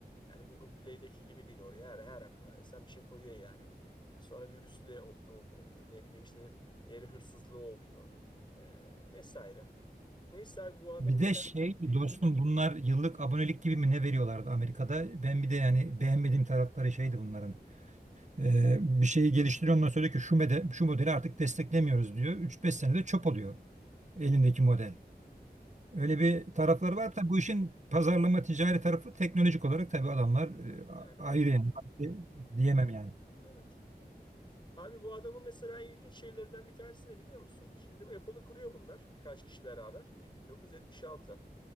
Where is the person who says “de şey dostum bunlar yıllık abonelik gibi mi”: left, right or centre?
Right